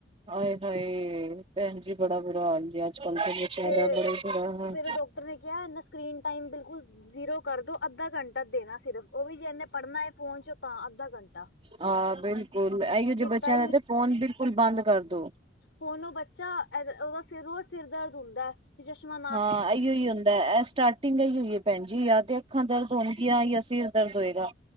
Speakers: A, on the right (about 30°); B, on the left (about 80°).
A: ਆਏ-ਹਾਏ ਭੈਨ ਜੀ ਬੜਾ ਬੁਰਾਾ ਹਾਲ ਜੇ ਅੱਜ ਬੱਚੇਆਂ
B: ਤੇ
A: ਦਾ ਬੜਾ ਈ ਬੁਰਾ ਹਾਲ
B: ਫੇਰ ਓ ਡਾਕਟਰ ਨੇ ਕਯਾ ਏਂਦਾ ਸਕਰੀਨ ਟਾਈਮ ਬਿਲਕੁਲ ਜ਼ੀਰੋ ਕਰਦੋ, ਅੱਧਾ ਘੰਟਾ ਦੇਨਾ ਸਿਰਫ ਓ ਵੀ ਜੇ ਏਨੇ ਪੜ੍ਹਨਾ ਏ ਫੋਨ ਚੋਂ ਤਾਂ ਅੱਧਾ ਘੰਟਾ।
A: ਹਾਂ ਬਿਲਕੁਲ, ਅਈਓ ਜੇ
B: ਦਿੱਤਾ
A: ਬੱਚੇਆਂ ਦਾ ਤੇ ਫੋਨ ਬਿਲਕੁਲ ਬੰਦ ਕਰਦੋ।
B: ਹੁਨ ਓ ਬੱਚਾ ਏਦਾ ਓਦਾ ਸਿਰ ਰੋਜ਼ ਸਿਰ ਦਰਦ ਹੁੰਦੈ। ਚਸ਼ਮਾ
A: ਹਾਂ ਅਈਓ ਈ ਹੁੰਦੈ, ਐ ਸਟਾਰਟਿੰਗ ਅਈਓ ਈ ਐ ਭੈਣ ਜੀ ਯਾ ਤੇ ਅੱਖਾਂ ਦਰਦ <unintelligible> ਯਾ ਸਿਰ ਦਰਦ ਹੋਏਗਾ